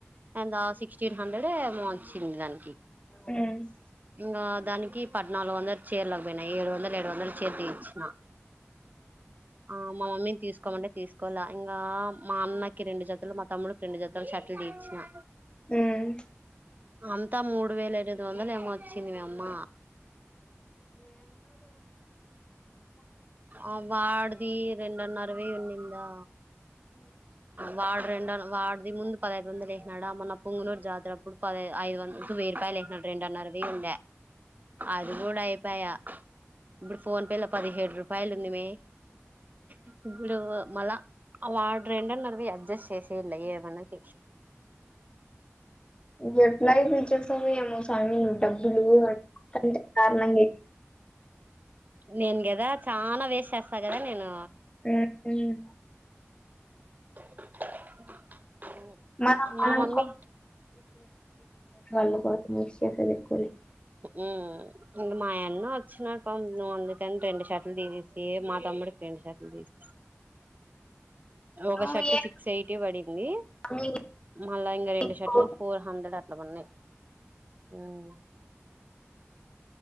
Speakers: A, on the right; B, on the left.
A: అంగ ఆ సిక్స్ <inaudible> హండ్రెడో ఏమో వచ్చింది దానికి
B: ఏందోలేమమ్మా
A: ఇంగా దాని కి పద్నాలుగు వందలు చేర్ల బోయిన ఏడు వందలు ఏడు వందలు చీర దీయిచ్ మా ఆ మా మమ్మీని తీసుకోమంటే తీసుకోలా ఇంకా మా అన్నకి రెండు జతలు మా తమ్ముడు రెండు జతలు షర్ట్ లు తీయిచ్చినా
B: ఉమ్
A: అంతా మూడు వేల ఎనిమిది వందలు ఏమో వచ్చింది మి అమ్మ ఆ వాడిది రెండున్నర్ర వెయ్యి ఉన్నిందా వాడు రెండు వాడిది ముందు పదైదు వందలు ఏస్నాడా మొన్న పుంగునూరు జాతరప్పుడు పదైదు ఐదు వంద వెయ్యి రపాయలు ఏస్నాడు రెండున్నర్ర వెయ్యి ఉండె ఆది కూడై పయా ఇప్పుడు ఫోన్ పే లొ పదిహేడు రు పాయలుంది మే ఇప్పుడు మళ్ళా వాడు రెండున్నర వెయ్యి అడ్జస్ట్ చేసేయ్యల ఏమన్నా చే
B: ఇంకెట్లా ఐపిచ్చేస్ తవో ఏమో <unintelligible> డబ్బులు <inaudible> కారణంగా
A: నేను గదా చానా వేస్ట్ చేస్తా కదా నేను
B: ఉమ్ ఊ
A: <unintelligible>
B: మనం మనం
A: మా మమ్మీ
B: <inaudible> మిక్స్ చేసేది ఎక్కువలే
A: ఉమ్ ఇంక మాయన్న వచ్చినాడు పం అందుకని రెండు షర్ట్లు తీసిస్సి మా తమ్ముడికి రెండు షర్ట్లు తీసి ఒక
B: నువ్వు
A: షర్ట్
B: ఏ
A: సిక్స్ ఎయిటీ పడింది
B: స్వామి
A: మళ్ళా ఇంకా రెండు
B: నీకు?
A: షర్ట్లు ఫోర్ హండ్రెడ్ అట్లా పడినాయి ఆహ్.